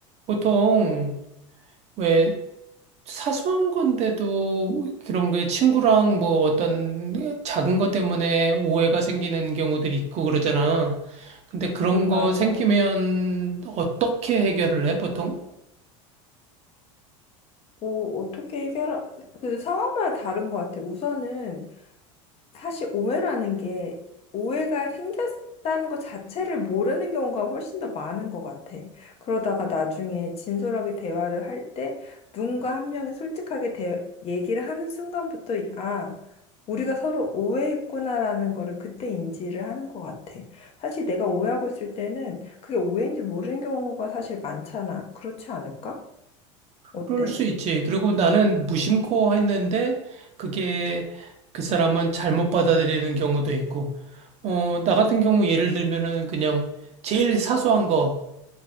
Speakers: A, on the right; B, on the left.
A: 보통 왜 사소한 건데도 그런 게 친구랑 뭐 어떤 작은 것 때문에 오해가 생기는 경우들이 있고 그러잖아. 근데 그런
B: 음,
A: 거
B: 맞아.
A: 생기면 어떻게 해결을 해, 보통?
B: 뭐, 어떻게 해결, 그 상황마다 다른 것 같아. 우선은 사실 오해라는 게 오해가 생겼다는 것 자체를 모르는 경우가 훨씬 더 많은 것 같아. 그러다가 나중에 진솔하게 대화를 할 때 누군가 한 명이 솔직하게 대, 얘기를 하는 순간부터, 이- 아, 우리가 서로 오해했구나라는 거를 그때 인지를 하는 것 같아. 사실 내가 오해하고 있을 때는 그게 오해인지 모르는 경우가 사실 많잖아. 그렇지 않을까? 어때?
A: 그럴 수 있지. 그리고 나는 무심코 했는데 그게 그 사람은 잘못 받아들이는 경우도 있고. 어, 나 같은 경우 예를 들면은 그냥 제일 사소한 거,